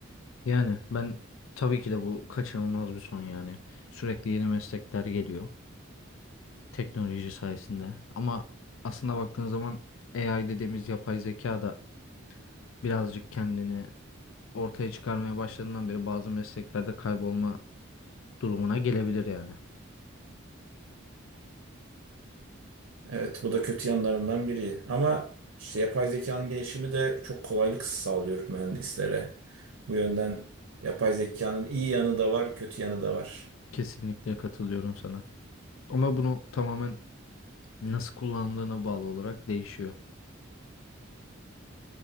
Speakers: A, on the left (about 75°); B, on the right (about 80°).
A: Yani ben tabii ki de bu kaçınılmaz bir son yani. Sürekli yeni meslekler geliyor. teknoloji sayesinde. Ama aslında baktığın zaman AI dediğimiz yapay zeka da birazcık kendini ortaya çıkarmaya başladığından beri bazı mesleklerde kaybolma durumuna gelebilir yani.
B: Evet, bu da kötü yanlarından biri. Ama işte yapay zekanın gelişimi de çok kolaylık sağlıyor mühendislere. Bu yönden yapay zekanın iyi yanı da var, kötü yanı da var.
A: Kesinlikle katılıyorum sana. Ama bunu tamamen nasıl kullandığına bağlı olarak değişiyor.